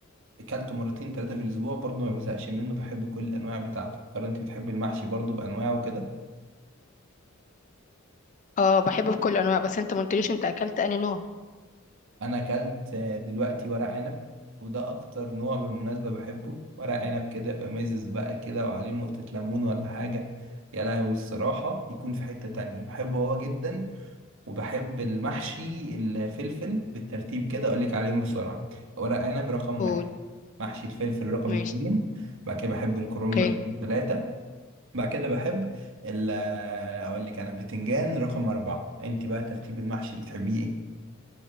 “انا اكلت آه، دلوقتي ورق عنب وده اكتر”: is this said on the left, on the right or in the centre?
Right